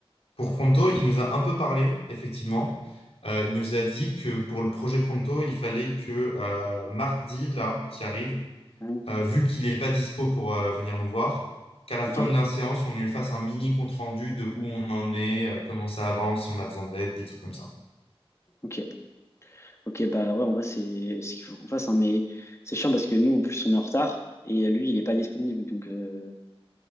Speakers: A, on the left; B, on the left.
A: Pour Pronto, il nous a un peu parlé, effectivement. Euh, il nous a dit que pour le projet Pronto, il fallait que euh, mardi, là, qui arrive,
B: Hein
A: euh, vu qu'il n'est pas dispo pour euh, venir nous voir, qu'à la
B: Ok,
A: fin de la séance, on lui fasse un mini compte-rendu de où on en est, euh, comment ça avance, si on a besoin d'aide, des trucs comme ça.
B: ok, ok. Bah ouais, en vrai, c'est ce qu'il faut qu'on fasse, hein, mais c'est chiant parce que nous, en plus, on est en retard et euh, lui, il est pas disponible, donc euh,